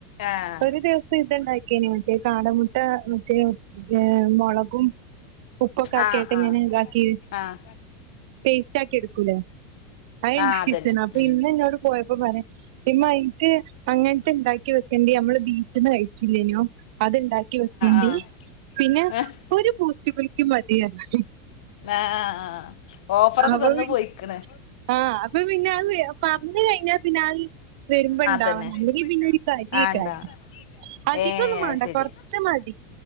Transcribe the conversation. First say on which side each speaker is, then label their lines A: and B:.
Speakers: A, on the left; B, on the right.
A: ആഹ്
B: ഒരു ദിവസം ഇത്ണ്ടാക്കീനി മറ്റേ കാടമുട്ട മറ്റേ മൊള കും ഉപ്പൊക്കെ ആക്കിയാട്ട്
A: ആഹ്
B: ഇങ്ങനെ
A: ആഹ്
B: ഇതാക്കി.
A: ആഹ്.
B: പേസ്റ്റ് ആക്കി എടുക്കൂലേ. അതേൽക്കിച്ച്ണ്.
A: ആഹ് അതന്നെ
B: അപ്പം
A: ഉം അപ്പൊ
B: ഇന്ന് ഇന്നോട് പോയപ്പം പറ്യാ. ഇമ്മ ഇൻക്ക് അങ്ങനത്തെ ഇണ്ടാക്കി വെക്കണ്ടി നമ്മള് ബീച്ച്ന്ന് കഴിച്ചില്ലേനോ അത് ഇണ്ടാക്കി വെക്കണ്ടി
A: ആഹ് ആഹ്
B: പിന്നെ
A: ഏഹ്
B: ഒരു ബൂസ്റ്റ് കുൽക്കിം മതി പർഞ്ഞോലോ
A: ആഹ് ഓഫറൊക്കെ
B: അപ്പൊ
A: തന്ന്
B: പി
A: പോയിക്ക്ണ്
B: ആഹ് അപ്പൊ പിന്നെ അഹ് പറഞ്ഞു കഴിഞ്ഞാ പിന്നെ. അഹ് വരുമ്പോ ഇണ്ടാവണം
A: പിന്നെ അത്
B: അല്ലെങ്കിൽ പിന്നൊരു കലിയേക്കാരം
A: ആഹ് ഇണ്ടാവും
B: അധികൊന്നും
A: ഏഹ്
B: വേണ്ട
A: അത് ശരി
B: കൊറച്ച് മതി